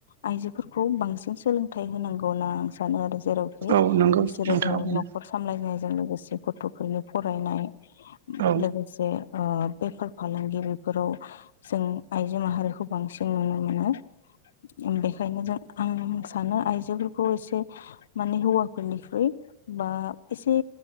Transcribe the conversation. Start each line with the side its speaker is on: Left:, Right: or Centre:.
Left: आइजोफोरखौ बांसिन सोलोंथाइ होनांगौ होनना आं सानो आरो। जेरावखि
Right: औ नंगौ
Left: बिसोरो
Right: नोंथाङा
Left: औ
Right: बुंनो
Left: न'खर सामलायनायजों लोगोसे गथ'फोरनि फरायनाय
Right: औ
Left: लोगोसे ओ बेफार फालांगि बेफोराव जों आइजो माहारिखौ बांसिन नुनो मोनो। बेखायनो जों आं सानो आइजोफोरखौ एसे माने हौवाफोरनिख्रुइ बा एसे